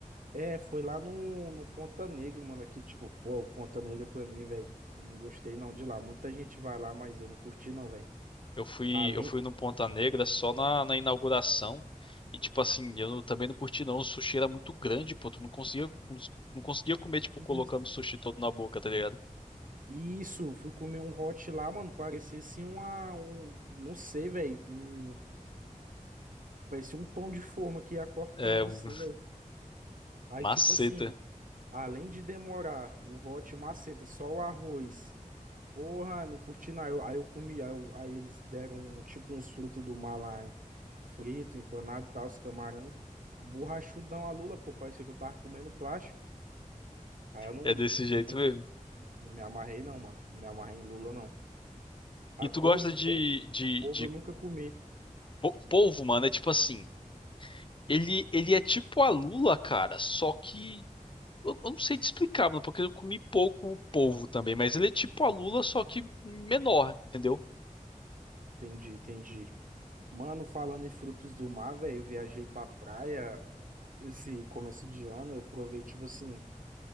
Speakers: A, on the right (about 75°); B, on the left (about 40°).
A: É, foi lá no, no Ponta Negra, mano. Aqui, tipo, pô, o Ponta Negra pra mim, velho. Não gostei não de lá. Muita gente vai lá, mas eu não curti não, velho.
B: Eu fui,
A: Além.
B: eu fui no Ponta Negra só na, na inauguração. E, tipo assim, eu não- também não curti, não. O sushi era muito grande, pô. Tu não conseguia, não conseguia comer, tipo,
A: Is-
B: colocando o sushi todo na boca, tá ligado?
A: Isso, fui comer um hot lá, mano. Parecia assim uma. Um, não sei, velho. Um, parecia um pão de forma que ia cortando
B: É, um-
A: assim,
B: <laughs>
A: velho. Aí,
B: maceta.
A: tipo assim, além de demorar o hot maceta, só o arroz. Porra, não curti não. Aí eu, aí eu comi, aí, eu- aí eles deram um, tipo uns frutos do mar lá, hein? Frito, empanado e tal, os camarão. Borrachudão a lula, pô. Parecia que eu tava comendo plástico. Aí eu não,
B: É desse jeito
A: não, não
B: mesmo.
A: não me amarrei, não, mano. Não me amarrei em lula, não. Ah,
B: E tu
A: polvo,
B: gosta de,
A: polvo,
B: de,
A: polvo
B: de
A: eu nunca comi.
B: po- polvo, mano? É tipo assim, ele, ele é tipo a lula, cara, só que eu, eu não sei te explicar, mano, porque eu comi pouco polvo também, mas ele é tipo a lula, só que menor, entendeu?
A: Entendi, entendi. Mano, falando em frutos do mar, velho, eu viajei pra praia esse começo de ano, eu provei, tipo assim,